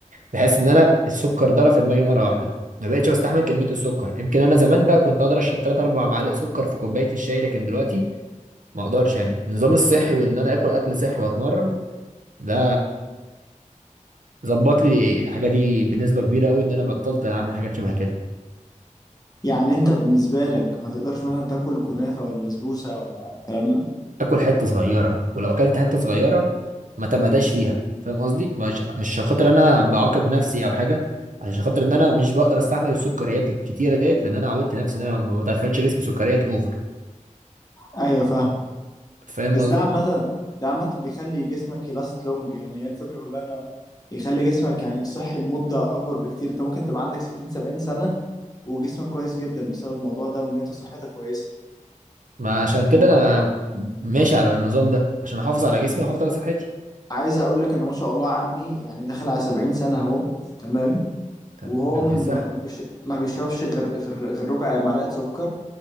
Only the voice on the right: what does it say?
بحس ان انا السكر ضرب في دماغي مره واحده ما بقتش بستحمل كميه السكر يمكن انا زمان بقى كنت اقدر اشرب 3 4 معالق سكر في كوبايه الشاي لكن دلوقتي ما اقدرش يعني النظام الصحي وان انا اكل اكل صحي واتمرن ده ظبط لي الحاجه دي بنسبه كبيره قوي ان انا بطلت اعمل حاجات شبه كده
اكل حته صغيره ولو اكلت حته صغيره ما تمداش فيها فاهم قصدي مش مش عشان خاطر انا بعاقب نفسي او حاجه عشان خاطر ان انا مش بقدر استحمل السكريات الكتيره ديت لان انا عودت نفسي ان انا ما بدخلش جسمي سكريات اوفر
فاهم
قصدي
ما عشان كده
انا ماشي على النظام ده عشان احافظ على جسمي واحافظ على صحتي
طب
دي صح